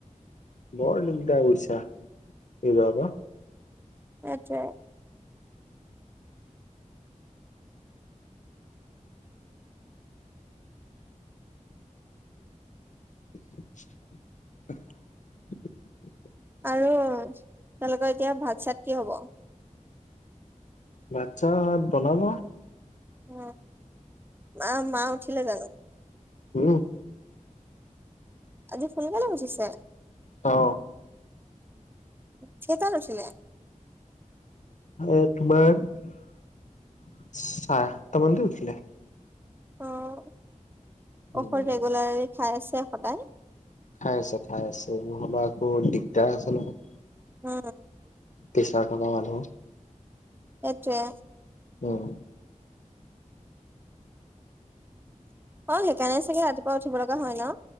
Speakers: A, on the left (about 65°); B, on the right (about 15°).
A: বৰ দিগদাৰ বুইছা এইবাব পা
B: সেইটোৱে
A: <unintelligible>
B: আৰু তেওঁলোকৰ এতিয়া ভাত চাত কি হব
A: ভাত চাত বনাব
B: অ মা মা উঠিলে জানো
A: উহো
B: আজি সোনকালে উঠিছে
A: অ
B: কেই তাত উঠিলে
A: এ তোমাৰ চাৰে আঠতা মানতে উঠিলে
B: অঁ
A: উম,
B: ঔষধ ৰেগুলাৰলি খাই আছে সদায়
A: খাই আছে খাই আছে নহ'বা আকৌ দিগদাৰ আছে নহয়
B: অ
A: পইছা থকা মানুহ
B: এটোৱে
A: উম
B: অ সেইকাৰণে চাগে ৰাতিপুৱা উঠিব লগা হয় ন